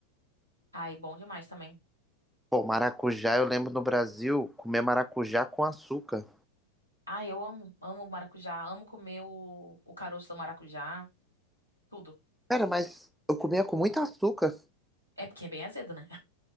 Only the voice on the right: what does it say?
Ai, bom demais também.
Ai, eu amo, amo maracujá, amo comer o, o caroço do maracujá, tudo.
É porque é bem azedo, né?